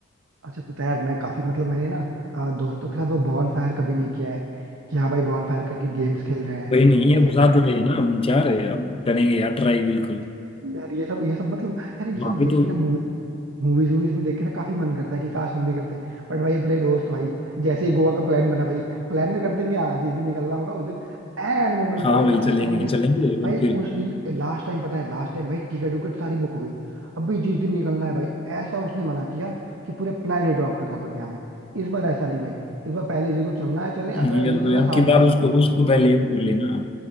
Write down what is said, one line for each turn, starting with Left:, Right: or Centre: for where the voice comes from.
Right: अच्छा पता है यार मैं काफी मतलब मैंने ना अ, दोस्तों के साथ वो बॉन फायर कभी नहीं किया है कि हाँ भाई बॉन फायर करके गेम्स खेल रहे हैं
Left: कोई नहीं
Right: मजे
Left: अब
Right: कर
Left: जा
Right: रहे
Left: तो रहे
Right: हैं
Left: हैं ना हम जा रहे हैं अब करेंगे यार ट्राई बिल्कुल
Right: यार ये सब ये सब मतलब यार ये
Left: वहाँ
Right: सब
Left: पे
Right: देख
Left: तो
Right: के ना मूवी मूवीज वूवीज में देख के ना काफी मन करता है कि काश हम भी करते बट भाई अपने दोस्त भाई जैसे ही गोवा का प्लान बना भाई प्लान में कर देंगे हाँ जिस दिन निकलना होगा उस दिन एन मोमेंट
Left: हाँ
Right: पे भाई
Left: वही
Right: लास्ट
Left: चलेंगे
Right: टाइम उसने
Left: चलेंगे
Right: भाई
Left: और
Right: उस
Left: फिर
Right: दिन लास्ट टाइम पता है लास्ट टाइम भाई टिकट विकेट सारी बुक हो गई अभी जिस दिन निकलना है भाई ऐसा उसने मना किया कि पूरे प्लान ही ड्रॉप करना पड़ गया हमें इस बार ऐसा नहीं भाई इस बार पहले जिसको चलना है चले अदरवाइज
Left: नहीं
Right: नहीं
Left: अब
Right: चलना
Left: अब
Right: साफ
Left: की
Right: बता
Left: बार
Right: दो
Left: उसको
Right: भाई
Left: उसको पहले ही बोल लेना